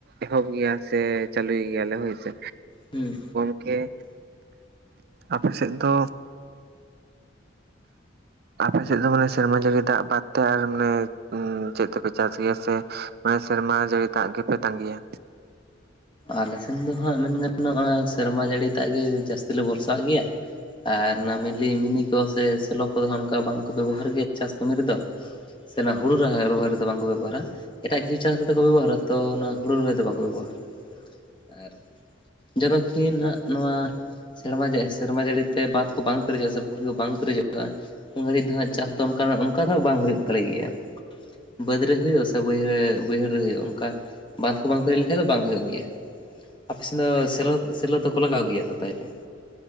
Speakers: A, on the right (about 55°); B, on the left (about 25°).
A: ᱮᱦᱚᱵ ᱜᱮᱭᱟ ᱥᱮ ᱪᱟᱞᱩᱭ ᱜᱮᱭᱟ ᱞᱮ ᱦᱳᱭ ᱥᱮ
B: ᱦᱩᱸ
A: ᱠᱮ ᱦᱩᱸᱩᱸ ᱟᱯᱮ ᱥᱮᱫ ᱫᱚ ᱟᱯᱮ ᱥᱮᱫ ᱫᱚ ᱵᱚᱞᱮ ᱥᱮᱨᱢᱟ ᱡᱟᱲᱤ ᱫᱟᱜ ᱵᱟᱫᱛᱮ ᱟᱨ ᱢᱟᱱᱮ ᱩᱸ ᱪᱮᱫ ᱛᱮᱯᱮ ᱪᱟᱥ ᱜᱮᱭᱟ ᱥᱮ ᱥᱮᱨᱢᱟ ᱡᱟᱲᱤ ᱫᱟᱜ ᱜᱮᱯᱮ ᱛᱟᱸᱜᱤᱭᱟ
B: ᱟᱞᱮ ᱥᱮᱱ ᱫᱚ ᱦᱟᱸᱜ ᱢᱮᱱ ᱜᱟᱱᱚᱜᱼᱟ ᱥᱮᱨᱢᱟ ᱡᱟᱲᱤ ᱫᱟᱜ ᱜᱮ ᱡᱟᱥᱛᱤ ᱞᱮ ᱵᱷᱚᱨᱥᱟᱣᱟᱜ ᱜᱮᱭᱟ ᱟᱨ ᱚᱱᱟ ᱢᱤᱞᱤ ᱢᱤᱱᱤ ᱠᱚ ᱥᱮ ᱥᱮᱞᱚ ᱠᱚᱫᱚ ᱦᱚᱸᱱᱠᱟ ᱵᱟᱝᱠᱚ ᱵᱮᱵᱚᱦᱟᱨ ᱜᱮᱭᱟ ᱪᱟᱥ ᱠᱟᱹᱢᱤ ᱨᱮᱫᱚ ᱥᱮ ᱚᱱᱟ ᱦᱩᱲᱩ ᱨᱚᱦᱭᱟᱜ ᱨᱚᱦᱚᱭ ᱨᱮᱫᱚ ᱵᱟᱝᱠᱚ ᱵᱮᱵᱚᱦᱟᱨᱟ ᱮᱴᱟᱜ ᱡᱤᱨᱤ ᱪᱟᱥ ᱨᱮᱫᱚᱠᱚ ᱵᱮᱵᱚᱦᱟᱨᱟ ᱛᱚ ᱚᱱᱟ ᱦᱩᱲᱩ ᱨᱚᱦᱚᱭ ᱫᱚ ᱵᱟᱝᱠᱚ ᱵᱮᱵᱚᱦᱟᱨ ᱟᱨ ᱡᱚᱛᱚᱠᱷᱤᱱ ᱦᱟᱸᱜ ᱱᱚᱣᱟ ᱥᱮᱨᱢᱟᱡ ᱥᱮᱨᱢᱟ ᱡᱟᱹᱲᱤᱛᱮ ᱵᱟᱸᱫᱽ ᱠᱚ ᱵᱟᱝ ᱯᱮᱨᱮᱡᱚᱜᱼᱟ ᱥᱮ ᱯᱩᱨᱟ ᱵᱟᱝ ᱯᱮᱨᱮᱡᱚᱜᱼᱟ ᱩᱱ ᱜᱷᱟᱹᱲᱤᱡ ᱫᱚ ᱦᱟᱸᱜ ᱪᱟᱥ ᱫᱚ ᱚᱱᱠᱟ ᱚᱱᱠᱟ ᱫᱚ ᱦᱟᱸᱜ ᱵᱟᱝ ᱦᱩᱭᱩᱜ ᱫᱟᱞᱮ ᱜᱮᱭᱟ ᱵᱟᱹᱫᱽ ᱨᱮ ᱦᱳᱭᱼᱟ ᱥᱮ ᱵᱟᱹᱭᱦ ᱵᱟᱹᱭᱦᱟᱹᱲ ᱨᱮ ᱦᱳᱭᱼᱟ ᱚᱱᱠᱟ ᱵᱟᱸᱫᱽ ᱠᱚ ᱵᱟᱝ ᱦᱩᱭ ᱞᱮᱱᱠᱷᱟᱱᱡ ᱫᱚ ᱵᱟᱝ ᱦᱩᱭᱩᱜ ᱜᱮᱭᱟ ᱟᱯᱮ ᱥᱮᱱ ᱫᱚ ᱥᱮᱞᱳᱫ ᱥᱮᱞᱳᱫᱚᱠᱚ ᱞᱟᱜᱟᱣ ᱜᱮᱭᱟ ᱛᱚ ᱛᱟᱦᱚᱞᱮ